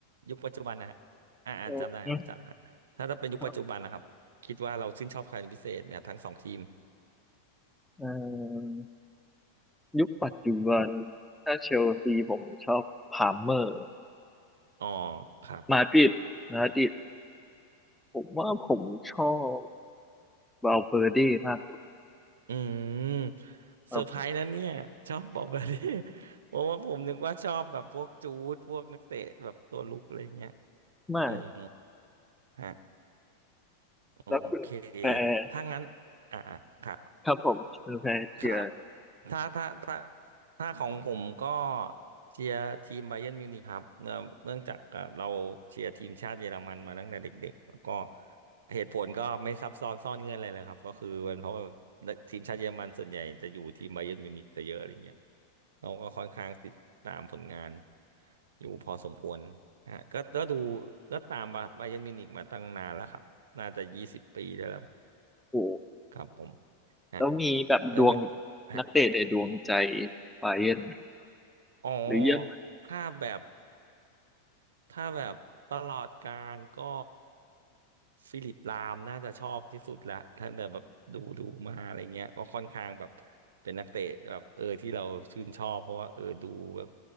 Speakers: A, on the right; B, in the centre.
A: ยุคปัจจุบันนะฮะอ่าอ่าจำได้รู้จักฮะถ้าถ้าเป็นยุคปัจจุบันนะครับคิดว่าเราชื่นชอบใครเป็นพิเศษเนี่ยทั้งสองทีม
B: เออครับเออ ยุคปัจจุบันถ้าเชลซีผมชอบพาล์มเมอร์
A: อ๋อครับ
B: มาดริดมาดริดผมว่าผมชอบวาลเวอร์เด้มากกว่า
A: อืม
B: ครับผม
A: เซอร์ไพรส์นะเนี่ยชอบบอกแบบนี้ <laughs> เพราะว่าผมนึกว่าชอบแบบพวกจูดพวกนักเตะแบบตัวลุกอะไรเงี้ย
B: ไม่
A: อืมฮะโอเค
B: แล้วคุณแพร
A: ถ้างั้นอ่าอ่ะคะ
B: ครับผมคุณแพรเชียร์
A: ครับถ้าถ้าถ้าถ้าของผมก็เชียร์ทีมไบเยิร์นมิวนิกครับเนื่องเนื่องจากเอ่อเราเชียร์ทีมชาติเยอรมันมาตั้งแต่เด็กๆแล้วก็เหตุผลก็ไม่ซับซ้อนซ่อนเงื่อนอะไรเลยครับก็คือเป็นเพราะว่าทีมชาติเยอรมันส่วนใหญ่จะอยู่ทีมไบเยิร์นมิวนิกซะเยอะอะไรเงี้ยเราก็ค่อนข้างติดตามผลงานอยู่พอสมควรนะฮะก็ก็ดูก็ตามไบเยิร์นมิวนิกมาตั้งนานแล้วครับน่าจะยี่สิบปีได้แล้ว
B: ถูก
A: ครับผมฮะ
B: แล้วมีแบบดวง
A: เออไม่ฮะ
B: นักเตะในดวงใจไบาเยิร์น
A: อ๋อ
B: หรือเยอรมัน
A: ถ้าแบบถ้าแบบตลอดการก็ฟิลิปลามน่าจะชอบที่สุดละถ้าแบบดูดูมาอะไรเงี้ยก็ค่อนข้างแบบเป็นนักเตะแบบเออที่เราชื่นชอบเพราะว่าเออดูแบบ